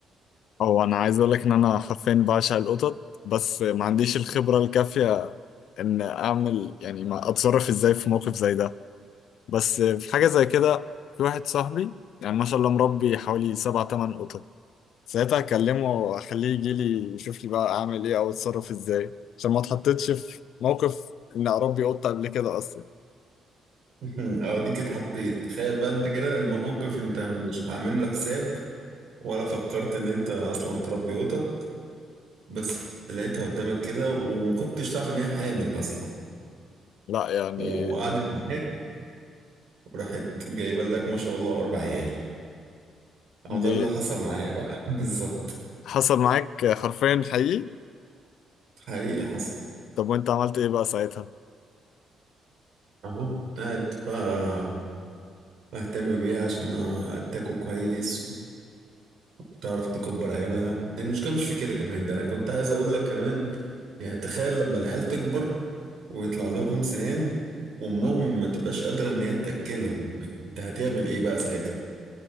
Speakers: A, on the left; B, on the right.
A: هو انا عايز اقول لك ان انا حرفيا بعشق القطط بس ما عنديش الخبره الكافيه ان اعمل يعني ما اتصرف ازاي في موقف زي ده بس في حاجه زي كده في واحد صاحبي يعني ما شاء الله مربي حوالي سبع تمن قطط ساعتها اكلمه واخليه يجي لي يشوف لي بقى اعمل ايه او اتصرف ازاي عشان ما اتحطيتش في موقف ان اربي قطه قبل كده اصلا
B: <laughs> أوديك اتحطيت تخيل بقى انت كده الموقف انت مش هعمل له حساب ولا فكرت ان انت أصلا تربي قطط بس لقيتها قدامك كده وما كنتش تعرف ان هي حامل أصلا
A: لا يعني
B: وقعدت معاك وراحت جايبه لك ما شاء الله أربع عيال أو ده
A: دي
B: اللي حصل معايا بقى <laughs> بالظبط
A: حصل معاك حرفيا حقيقي
B: حقيقي حصل
A: طب وانت عملت ايه بقى ساعتها
B: أهو قاعد بقى أهتم بيها عشان تاكل كويس وتعرف تكبر عيالها المشكلة مش في كده كمان ده أنا كنت عايز أقول لك كمان يعني تخيل لما العيال تكبر ويطلع لهم سنان وأمهم ما تبقاش قادرة إن هي تأكلهم أنت هتعمل إيه بقى ساعتها؟